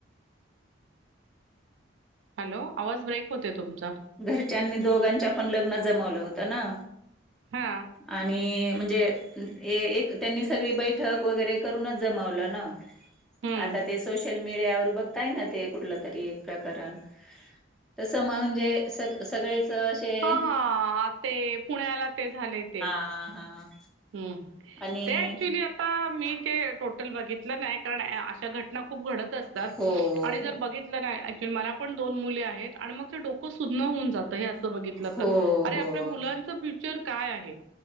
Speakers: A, on the right; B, in the centre.
A: हॅलो आवाज ब्रेक होते तुमचा
B: घरच्यांनी दोघांच्या पण लग्न जमवलं होतं ना
A: हा
B: आणि म्हणजे एक त्यांनी सगळी बैठक वगैरे करूनच जमावलं ना.
A: हम्म
B: आता ते सोशल मीडयावर बघ ना ते कुठलं तरी एक प्रकरण तस म्हणजे स सगळेच असे
A: हा हा ते पुण्याला ते झाले ते.
B: हां हां
A: ह्
B: आणि
A: ते ऍक्च्युली आता मी ते टोटल बघितलं नाही कारण अशा घटना खूप घडत असतात
B: हो
A: आणि जर
B: हो
A: बघि नाही मला पण दोन मुली आहेत आणि मग ते डोकं सुन्न होऊन जातं हे अरे
B: हो हो.
A: आपल्या मुलांच फ्युचर काय आहे